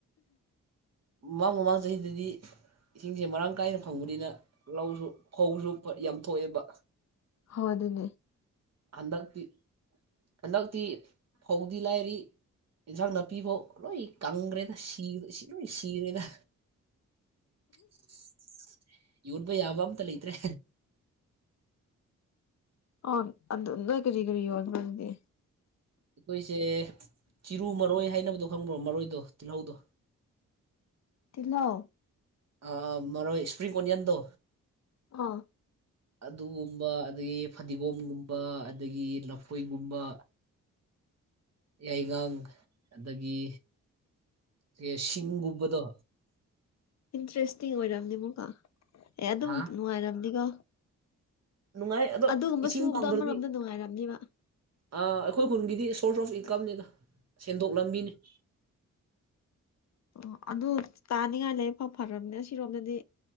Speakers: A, on the right; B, on the left.
A: ꯃꯃꯥꯡ ꯃꯃꯥꯡ ꯆꯍꯤꯗꯗꯤ ꯏꯁꯤꯡꯁꯦ ꯃꯔꯥꯡ ꯀꯥꯏꯅ ꯐꯪꯕꯅꯤꯅ ꯂꯧꯁꯨ ꯈꯧꯁꯨ ꯌꯥꯝ ꯊꯣꯛꯑꯦꯕ
B: ꯍ ꯑꯗꯨꯅꯦ
A: ꯍꯟꯗꯛꯇꯤ ꯍꯟꯗꯛꯇꯤ ꯐꯧꯗꯤ ꯂꯥꯏꯔꯤ ꯏꯟꯁꯥꯡ ꯅꯥꯄꯤ ꯐꯥꯎ ꯂꯣꯏ ꯀꯪꯈ꯭ꯔꯦꯗ ꯁꯤ ꯁꯤ ꯂꯣꯏ ꯁꯤꯔꯦꯗ <unintelligible> <inaudible> ꯌꯔꯕ ꯌꯥꯕ ꯑꯝꯇ ꯂꯩꯇ꯭ꯔꯦ
B: ꯑ ꯑꯗꯨ ꯅ ꯀꯔꯤ ꯀꯔꯤ ꯌꯣꯗꯤ
A: ꯑꯩꯈꯣꯏꯁꯦ ꯆꯤꯔꯨ ꯃꯔꯣꯏ ꯍꯥꯏꯅꯕꯗꯣ ꯈꯪꯕ꯭ꯔꯣ ꯃꯔꯣꯏꯗꯣ ꯇꯤꯜꯍꯧꯗꯣ
B: ꯇꯤꯜꯅꯍꯣ
A: ꯑꯥ ꯃꯔ ꯏꯁꯄ꯭ꯔꯔꯤ ꯑꯣꯅꯤꯌꯟꯗ
B: ꯑꯥ
A: ꯑꯗꯨꯒꯨꯝꯕ ꯑꯗꯨꯗꯒꯤ ꯐꯗꯤꯒꯣꯝꯒꯨꯝꯕ ꯑꯗꯨꯗꯒꯤ ꯂꯐꯣꯏꯒꯨꯝꯕ ꯌꯥꯏꯉꯪ ꯑꯗꯒꯤ ꯑꯦ ꯁꯤꯤ ꯎꯕꯗꯣ
B: ꯏꯟꯇꯔꯦꯁꯇꯤꯡ ꯑꯣꯏꯔꯝꯅꯦ ꯑꯃꯨꯛꯀꯣ ꯑꯦ ꯑꯗꯨꯝ
A: ꯍꯥ
B: ꯅꯨꯡꯉꯥꯏꯔꯝꯅꯤꯀꯣ
A: ꯅꯨꯡꯉꯥꯏ ꯑꯗꯣ
B: ꯑꯗꯨꯒꯨꯝꯕ
A: ꯏꯁꯤꯡ
B: ꯁꯨꯕꯗꯣ
A: ꯄꯗ꯭ꯔꯗꯤ
B: ꯑꯃꯔꯣꯝꯗ ꯅꯨꯡꯉꯥꯏꯔꯝꯅꯤꯕ
A: ꯑꯩꯈꯣꯏ ꯈꯨꯟꯒꯤꯗꯤ ꯁꯣꯔꯁ ꯑꯣꯐ ꯏꯟꯀꯝꯅꯤꯗ ꯁꯦꯟꯗꯣꯛ ꯂꯝꯕꯤꯅꯤ <inaudible>
B: ꯑꯣ ꯑꯗꯨ ꯇꯥꯅꯤꯡꯉꯥꯏ ꯂꯩꯐꯥꯎ ꯐꯔꯕꯅꯦ ꯁꯤꯔꯣꯝꯗꯗꯤ